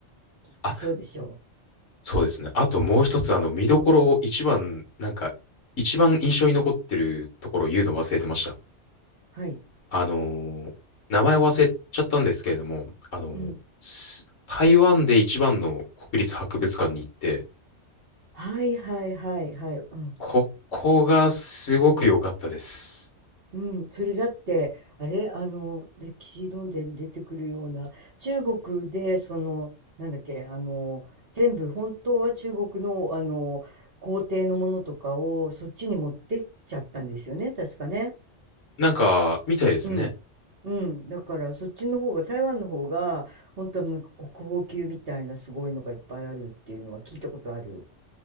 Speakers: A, on the right (about 50°); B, on the left (about 80°).
A: きっとそうでしょう。
B: あそうですね。あともう一つ、あの、見どころを一番、なんか、一番印象に残ってるところを言うの忘れてました。
A: はい。
B: あのー名前を忘れちゃったんですけれども、あのーす台湾で一番の国立博物館に行って、
A: うん。はいはいはいはい。うん。
B: ここがすごく良かったです。
A: うん、それだってあれあの歴史論で出てくるような中国でそのなんだっけあの全部本当は中国のあの皇帝のものとかをそっちに持ってっちゃったんですよね確かね。
B: なんか、みたいですね。
A: うん、うん、だからそっちの方が台湾の方が本当はなんか国宝級みたいなすごいのがいっぱいあるっていうのは聞いたことある。